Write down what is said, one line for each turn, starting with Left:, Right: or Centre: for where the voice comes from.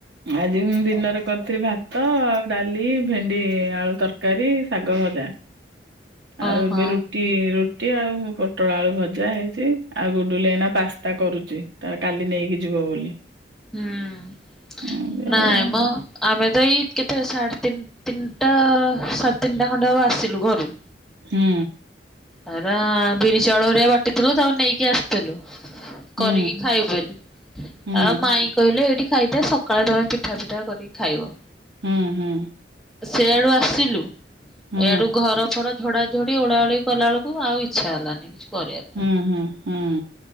Right: ଆଜି ମୁଁ ଦିନରେ କରିଥିଲି ଭାତ ଆଉ ଡାଲି, ଭେଣ୍ଡି ଆଳୁ ତରକାରୀ, ଶାଗ ଭଜା। ଆଉ
Centre: ଓହୋ
Right: ଏବେ ରୁ ଟି ରୁଟି ଆଉ ପୋଟଳ ଆଳୁ ଭଜା ହେଇଚି ଆଉ ଗୁଡୁଲି ଏଇନା ପାସ୍ତା କରୁଚି। ତାର କାଲି ନେଇକି ଯିବ ବୋଲି।
Centre: ହୁଁ
Right: ଏମିତି
Centre: ନାଇମ।
Right: ଆଉ
Centre: ଆମେ ତ ଏଇ କେତେ ସାଢେ ତିନ ତିନଟା ସାଢେ ତିନଟା ଖଣ୍ଡେ ହବ ଆସିଲୁ ଘରୁ।
Right: ହୁଁ
Centre: ହେରା ବିରି ଚାଉଳ ହରିକା ବାଟିଥିଲୁ ତାକୁ ନେଇକି ଆସିଥିଲୁ।
Right: ହୁଁ।
Centre: କରିକି ଖାଇବୁ ବୋଲି।
Right: ହୁଁ
Centre: ଆଉ ମାଇଁ କହିଲେ ଏଇଠି ଖାଇଦେ ସକାଳେ ତମେ ପିଠା ପିଠା କରିକି ଖାଇବ।
Right: ହୁଁ ହୁଁ।
Centre: ସେଆଡୁ ଆସିଲୁ
Right: ହୁଁ
Centre: ଏଇଆଡୁ ଘର ଫର ଝଡାଝଡି ଓଳାଓଳି କଲାବେଳକୁ ଆଉ ଇଚ୍ଛା ହେଲାନି କିଛି କରିବା ପାଇଁ।
Right: ହୁଁ ହୁଁ ହୁଁ।